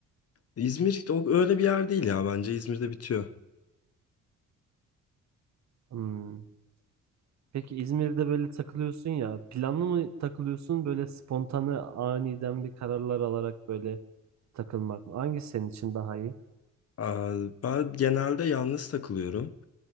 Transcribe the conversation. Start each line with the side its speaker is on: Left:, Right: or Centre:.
Left: İzmir o öyle bir yer değil ya bence İzmir'de bitiyor.
Right: Hmm. Peki İzmir'de böyle takılıyorsun ya, planlı mı takılıyorsun böyle spontane aniden bir kararlar alarak böyle takılmak mı? Hangisi senin için daha iyi?
Left: Aa, Ben genelde yalnız takılıyorum.